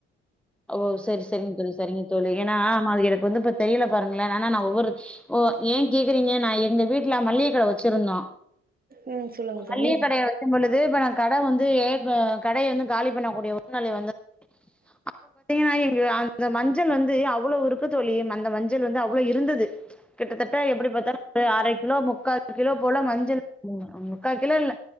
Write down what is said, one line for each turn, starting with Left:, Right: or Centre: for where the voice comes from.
Centre: ஓ செரி செரிங்க தோழி செரிங்க தோழி ஏன்னா நாம அது எனக்கு வந்து இப்ப தெரியல பாருங்களே ஆனா நா ஒவ்வொரு ஓ ஏன் கேக்குறீங்க நா எங்க வீட்ல மளிகை கடை வச்சிருந்தோ
Right: ம் சொல்லுங்க
Centre: மளிகை
Right: தோழி
Centre: கடையா வச் கும்பொழுது இப்ப நா கடை வந்து ஏ கடையை வந்து காலி பண்ணக்கூடிய உடல்நிலை வந்து அப்ப பாத்தீங்கன்னா எங்க அந்த மஞ்சள் வந்து அவ்வளவு இருக்கு தோழி அந்த மஞ்சள் வந்து அவ்ளோ இருந்தது கிட்டத்தட்ட எப்டி பாத்தாலு ஒரு அர கிலோ முக்கா கிலோ போல மஞ்சள் முக்கா கிலோ இல்ல